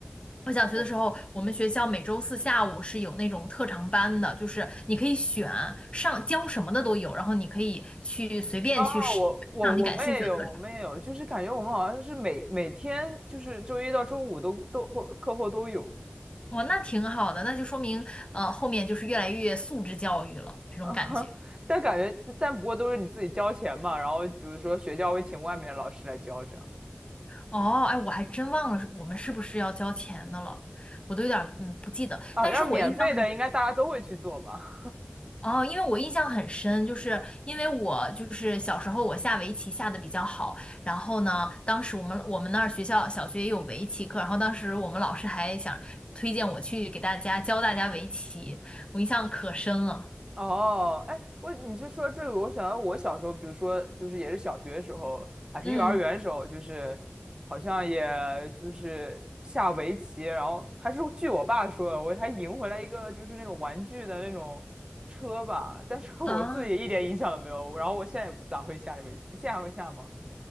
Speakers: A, on the left; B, on the right.
A: 我小学的时候，
B: 我
A: 我们学校每周四下午是有那种特长班的，就是你可以选上教什么的都有，然后你可以去随便去试上你感兴趣的特长。
B: 哦，我我我们也有，我们也有，就是感觉我们好像是每每天就是周一到周五都都后课后都有
A: 哇，那挺好的，那就说明呃后面就是越来越素质教育了，这种感觉。
B: 啊，<laughs> 但感觉但不过都是你自己交钱嘛，然后比如说学校会请外面的老师来教这样。
A: 哦，哎，我还真忘了是我们是不是要交钱的了，我都有点儿嗯不记得。
B: 哦，
A: 但是我印象很
B: 要是免费的，应该大家都会去做吧？
A: 哦，因为我印象很深，就是因为我就是小时候我下围棋下的比较好，然后呢，当时我们我们那儿学校小学也有围棋课，然后当时我们老师还想推荐我去给大家教大家围棋，我印象可深了。
B: <laughs> 哦，哎，我你是说这个，我想到我小时候，比如说就是也是小学时候，还是幼儿园时候，
A: 嗯
B: 就是好像也就是下围棋，然后还是据我爸说的，我还赢回来一个就是那种玩具的那种车吧，但是我自己一点影响都没有，
A: 啊
B: 然后我现在也不咋会下围棋，你现在还会下吗？